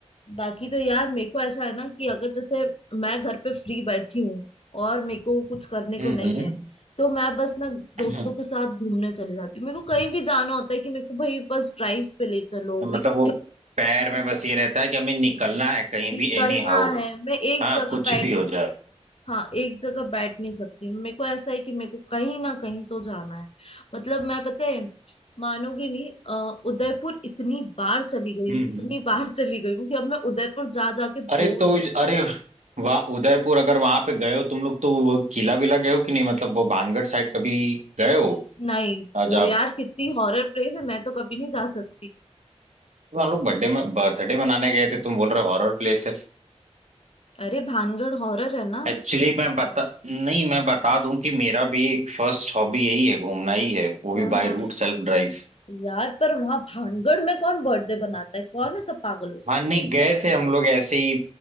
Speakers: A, on the left; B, on the right.
A: बाकी तो यार मेरे को ऐसा है ना कि अगर जैसे मैं घर पे फ्री बैठी हूँ और मेरे को कुछ करने
B: हम्म
A: को नहीं
B: हम्म
A: है तो मैं बस ना दोस्तों
B: हम्म।
A: के साथ घूमने चली जाती हूँ मेरे को कहीं भी जाना होता है कि मेरे को भाई बस ड्राइव पे ले चलो
B: मतलब
A: मेरे को
B: वो
A: कहीं
B: पैर में बस ये रहता है कि हमें निकलना है कहीं
A: निकलना
B: भी एनी हाउ
A: है मैं एक
B: हाँ
A: जगह
B: कुछ
A: बैठ
B: भी हो
A: नहीं
B: जाए
A: हाँ एक जगह बैठ नहीं सकती मेरे को ऐसा है कि मेरे को कहीं ना कहीं तो जाना है मतलब मैं पता है मानोगे नहीं अ, उदयपुर इतनी बार चली गई
B: हम्म
A: हूँ
B: हम्म।
A: इतनी बार चली गई हूँ कि अब मैं उदयपुर जा जाके बोर
B: अरे तो
A: हूँ
B: अरे वाह उदयपुर अगर वहां पे गए हो तुम लोग तो वो किला विला गए हो कि नहीं मतलब वो भानगढ़ साइड कभी गए हो
A: नहीं
B: राजा
A: वो यार कितनी हॉरर प्लेस है मैं तो कभी नहीं जा सकती
B: हम लोग बर्थडे में बर्थडे मनाने गए थे तुम बोल रहे हो हॉरर प्लेस है
A: अरे भानगढ़ हॉरर है ना
B: एक्चुअली मैं बता नहीं मैं बता दूं कि मेरा भी एक फर्स्ट हॉबी यही है घूमना ही है वो
A: हाँ
B: भी बाय
A: हाँ
B: रूट
A: हाँ।
B: सेल्फ ड्राइव
A: यार पर वहां भानगढ़ में कौन बर्थडे बनाता है कौन है सब पागलों से
B: हाँ नहीं गए थे हम लोग ऐसे ही